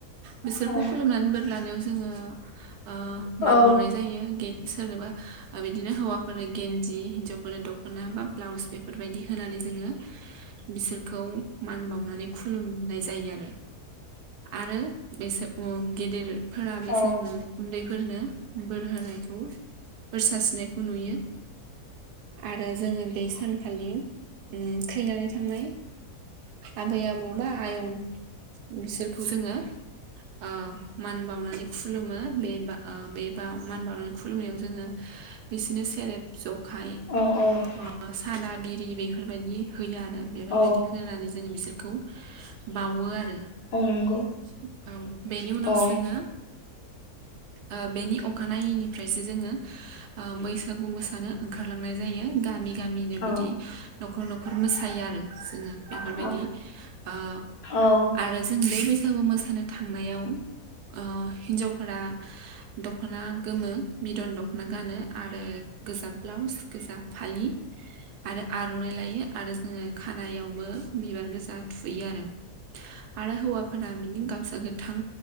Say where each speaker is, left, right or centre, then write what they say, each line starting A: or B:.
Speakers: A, on the right (about 80°); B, on the left (about 85°).
A: बिसोरखौ
B: औ
A: खुलुमनानै बोर लानायाव जोङो ओह मान
B: औ
A: बावनाय जायो गेन सोरनोबा बिदिनो हौवाफोरनो गेन्दि हिन्जावफोरनो दखना बा ब्लाउस बेफोरजों बेफोरबायदि होनानै जोङो बिसोरखौ मान बावनानै खुलुमनाय जायो आरो आरो बेसोर औ गिदिर फोराबो
B: औ
A: जोंनो उन्दैफोरनो बोर होनायखौ बोर सारस्रिनायखौ नुयो आरो जोङो बे सानखालि उम थैनानै थांनाय आबै आबौ बा आयं बिसोरखौ जोङो आ मान बावनानै खुलुमो बे बा ओ बे बा मान बावनानै खुलुमनायाव जोङो बिसिनो सेरेब जख खाय
B: औ औ
A: आ सादा बिरि बेफोरबायदि होयो आरो बेफोरबायदि
B: औ
A: होनानै जोङो बिसोरखौ बावो आरो औ
B: नंगौ
A: बेनि उनाव
B: औ
A: जोङो ओ बेनि अखानायैनिफ्रायसो जोङो ओ बैसागु मोसानो ओंखारलांनाय जायो गामि गामिनो
B: औ
A: बिदि न'खर न'खर मोसायो आरो जोङो बेफोरबायदि
B: औ
A: ओ
B: औ
A: आरो जों बे बैसागु मोसा मोसानो थांनायाव ओ हिनजावफोरा दख दखना गोमो बिदन दखना गानो आरो गोजा ब्लाउस गोजा फालि आरो आरनाइ लायो आरो जोङो खानायावबो बिबार गोजा थुयो आरो आरो हौवाफोरा बिनि गामसा गोथां